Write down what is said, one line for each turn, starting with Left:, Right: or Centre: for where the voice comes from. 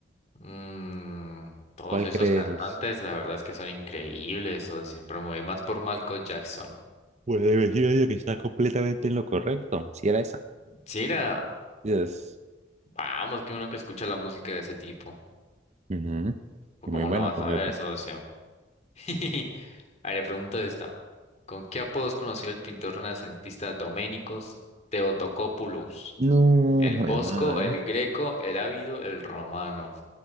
Left: Mm, todos
Right: ¿Cuál
Left: esos
Right: cree de
Left: cantantes,
Right: esos?
Left: la verdad es que son increíbles, socio. Pero me voy más por Michael Jackson.
Right: Pues elegido yo que está completamente en lo correcto. Si era esa.
Left: Sí, era-
Right: Yes.
Left: vamos, que uno que escucha la música de ese tipo.
Right: Ujú.
Left: Pues
Right: Y Muy
Left: cómo
Right: buena,
Left: no vas
Right: por
Left: a
Right: cierto.
Left: ver, socio. <laughs> A ver, le pregunto esta. ¿Con qué apodo es conocido el pintor renacentista Doménicos Theotocopoulos?
Right: No,
Left: El
Right: joder,
Left: Bosco,
Right: madre.
Left: el Greco, el Ávido, el Romano.